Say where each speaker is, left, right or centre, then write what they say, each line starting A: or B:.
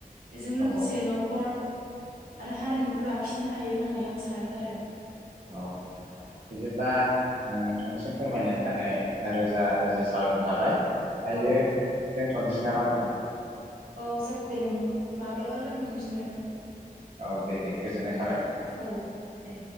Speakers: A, on the right; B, on the right.
A: बेजों लोगोसे
B: औ
A: न'खर आरो हारिमुखौ लाखिनो हायो होननानै आं सा सानो आरो।
B: औ बिदिब्ला नोंथांनिसिम फोरमायनायनि थाखाय रोजा रोजा साबायखर थाबाय। हायो।
A: औ
B: दोनथ'नोसै नामा आंहा।
A: औ जा <unintelligible> दे नों माब्लाबा लोगो मोनफिनगोन।
B: औ दे दे गोजोननाय थाबाय।
A: औ दे